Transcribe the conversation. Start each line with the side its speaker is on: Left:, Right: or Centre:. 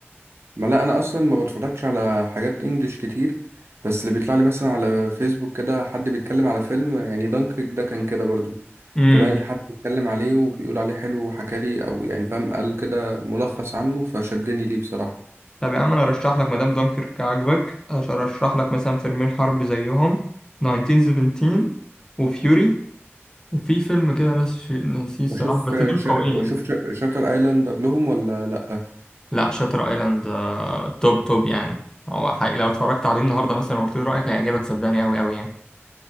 Right: ما لا انا اصلا ما بتفرجش على حاجات انجليش كتير بس اللي بيطلع لي مثلا على فيسبوك كده حد بيتكلم على فيلم يعني دانكريك ده كان كده برضو
Left: امم
Right: طلع لي حد بيتكلم عليه وبيقول عليه حلو وحكى لي او يعني فاهم قال كده ملخص عنه فشدني ليه بصراحة
Left: طب يا عم انا ارشح لك مدام دانكيرك عجبك أش- ارشح لك مثلا فيلمين حرب زيهم 1917 وفيوري وفي فيلم كده ناس ناسيه الصراحة
Right: واشوف
Left: بس دول
Right: شا...
Left: قويين
Right: واشوف
Left: يعني
Right: شاتر ايلاند قبلهم ولا لا
Left: لا شاتر ايلاند آه، توب توب يعني هو حقيقي لو اتفرجت عليه النهارده مثلا وقلت له رايك هيعجبك صدقني قوي قوي يعني